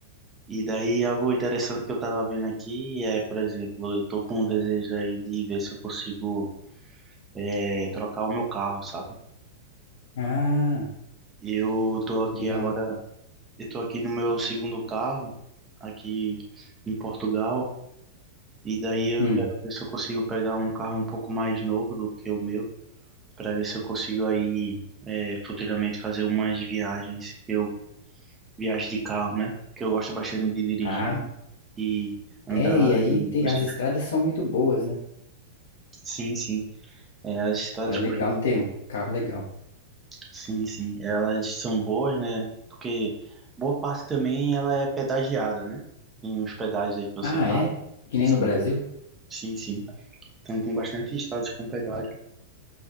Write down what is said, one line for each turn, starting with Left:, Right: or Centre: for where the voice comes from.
Right: E daí algo interessante que eu tava vendo aqui é, por exemplo, eu tô com um desejo aí de ver se eu consigo é, trocar o meu carro, sabe?
Left: Ah,
Right: Eu tô aqui
Left: legal.
Right: agora, eu tô aqui no meu segundo carro, aqui em Portugal, e daí eu
Left: Hum,
Right: quero ver se eu consigo pegar um carro um pouco mais novo do que o meu, para ver se eu consigo aí é, futuramente fazer umas viagens que eu viagem de carro, né? Que eu gosto bastante de dirigir
Left: ah,
Right: e andar
Left: é, e aí
Right: e
Left: tem,
Right: você.
Left: as estradas são muito boas, né?
Right: Sim, sim. É, as estradas
Left: Então é legal
Right: costumam.
Left: ter um carro legal.
Right: Sim, sim. Elas são boas, né? Porque boa parte também ela é pedagiada, né? Tem uns pedágios aí que você
Left: Ah,
Right: paga.
Left: é? Que nem
Right: Sim,
Left: no Brasil?
Right: sim, sim. Então tem bastante estradas com pedágio.